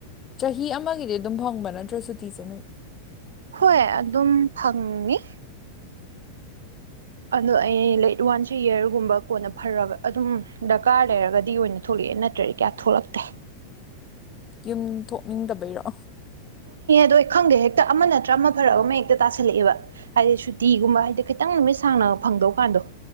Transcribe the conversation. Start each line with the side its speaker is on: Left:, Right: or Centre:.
Left: ꯆꯍꯤ ꯑꯃꯒꯤꯗꯤ ꯑꯗꯨꯝ ꯐꯪꯕ ꯅꯠꯇ꯭ꯔꯣ ꯁꯨꯇꯤꯁꯦ ꯅꯣꯏ
Right: ꯍꯣꯏ ꯑꯗꯨꯝ ꯐꯪꯉꯤ ꯑꯗꯣ ꯑꯩ ꯂꯩꯠ ꯋꯥꯟꯁ ꯑꯦ ꯌꯔꯒꯨꯝꯕ ꯀꯣꯟꯅ ꯐꯔꯒ ꯑꯗꯨꯝ ꯗꯔꯀꯥꯔ ꯂꯩꯔꯒꯗꯤ ꯑꯣꯏꯅ ꯊꯣꯛꯂꯦ ꯑꯦ ꯅꯠꯇ꯭ꯔꯗꯤ ꯀꯌꯥ ꯊꯣꯛꯂꯛꯇꯦ
Left: ꯌꯨꯝ ꯊꯣꯛꯅꯤꯡꯗꯕꯩꯔꯣ
Right: ꯗꯦ ꯑꯩ ꯈꯪꯗꯦ ꯍꯦꯛꯇ ꯑꯃ ꯅꯠꯇ꯭ꯔ ꯑꯃ ꯐꯔꯛ ꯑꯃ ꯍꯦꯛꯇ ꯇꯥꯁꯤꯜꯂꯛꯑꯦꯕ ꯍꯥꯏꯗꯤ ꯁꯨꯇꯤꯒꯨꯝꯕ ꯍꯥꯏꯗꯤ ꯈꯤꯇꯪ ꯅꯨꯃꯤꯠ ꯁꯥꯡꯅ ꯕ ꯐꯪꯗꯧꯀꯥꯟꯗꯣ